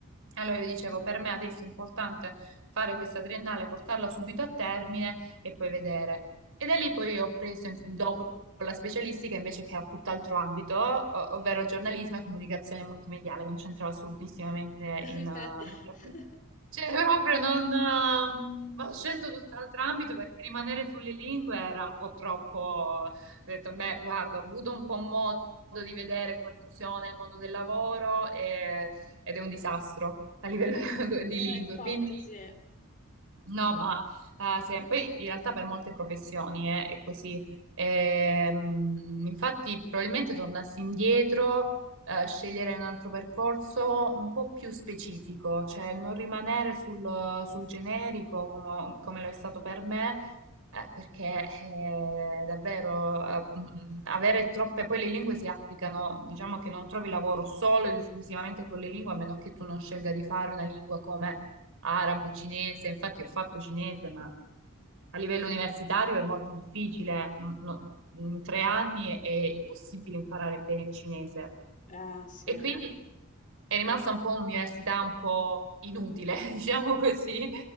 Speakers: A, on the right (about 65°); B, on the left (about 35°).
A: allora io dicevo, per me adesso è importante fare questa triennale, portarla subito a termine e poi vedere. E da lì poi ho preso, in- dopo la specialistica invece che era tutt'altro ambito, o- ovvero giornalismo e comunicazione multimediale, concentrava assolutissimamente
B: <laughs>
A: in eh, nulla. Cioè, proprio non... ehm, ho scelto tutt'altro ambito perché rimanere sulle lingue era un po' troppo... Ho detto, beh, guarda, ho avuto un po' modo di vedere come funziona il mondo del lavoro e- ed è un disastro a livello <laughs> di
B: Eh,
A: lingue.
B: infatti
A: Quindi
B: sì.
A: No, ma eh, se- poi in realtà per molte professioni eh, è così. Ehm, infatti, probabilmente tornassi indietro, eh, sceglierei un altro percorso un po' più specifico, cioè non rimanere sul, sul generico come, come lo è stato per me, eh, perché eh, davvero eh, mh, avere troppe, poi le lingue si applicano, diciamo che non trovi lavoro solo ed esclusivamente con le lingue, a meno che tu non scelga di fare una lingua come arabo, cinese, infatti ho fatto cinese, ma a livello universitario è molto difficile, non- non- in tre anni è, è impossibile imparare bene il cinese.
B: Ah, sì.
A: E quindi è rimasta un po' un'università un po' inutile, <laughs> diciamo così,